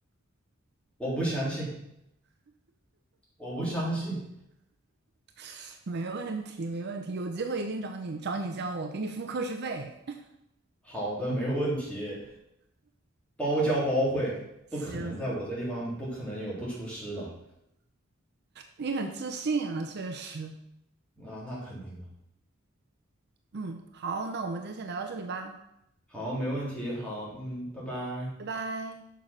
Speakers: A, in the centre; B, on the right.
A: 我不相信，我不相信。
B: <laughs> 没问题，没问题，有机会一定找你找你教我，给你付课时费。<laughs>
A: 好的，没问题，包教包会，
B: 行，
A: 不可能在我这地方不可能有不出师的。
B: 你很自信啊，确实。
A: 啊，那肯定的。
B: 嗯，好，那我们就先聊到这里吧，
A: 好，没问题。好，嗯，拜拜。
B: 拜拜。